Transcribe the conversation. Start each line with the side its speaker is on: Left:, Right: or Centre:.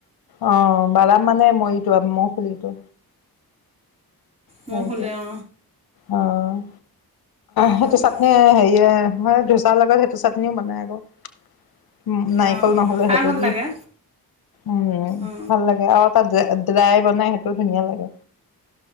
Left: অ', বাদাম মানে মইটো, <unintelligible> খুলিটো। সেই
Right: মোৰ ফুলি অ
Left: অ', সেইটো
Right: ভাল
Left: চাটনি
Right: লাগে
Left: হেৰিয়ে, মানে ধোচাৰ লগত সেইটো চাটনিও বনাই, আকৌ। উম, নাৰিকল
Right: অ
Left: নহ'লে
Right: খাই
Left: সেইটো
Right: ভাল
Left: দি,
Right: লাগে
Left: উম,
Right: অ।
Left: ভাল লাগে। আৰু তাত ড্ৰাই বনাই, সেইটো ধুনীয়া লাগে।